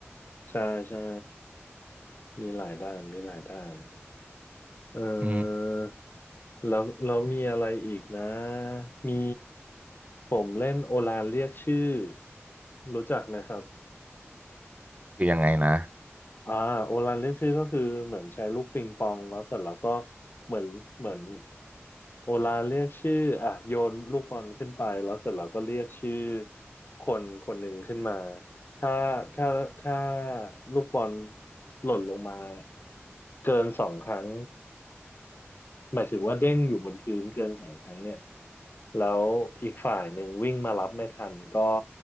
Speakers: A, on the left; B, on the right.
A: ใช่ใช่มีหลายด้านมีหลายด้านเออ
B: อืม
A: แล้วแล้วมีอะไรอีกนะมีผมเล่นโอลานเรียกชื่อรู้จักไหมครับ
B: คือยังไงนะ
A: อ่าโอรันเรียกชื่อก็คือเหมือนใช้ลูกปิงปองแล้วเสร็จแล้วก็เหมือนเหมือนโอรันเรียกชื่ออ่ะโยนลูกบอลขึ้นไปแล้วเสร็จแล้วก็เรียกชื่อคนคนหนึ่งขึ้นมาถ้าถ้าถ้าลูกบอลหล่นลงมาเกินสองครั้งหมายถึงว่าเด้งอยู่บนพื้นเกินสองครั้งเนี่ยแล้วอีกฝ่ายหนึ่งวิ่งมารับไม่ทันก็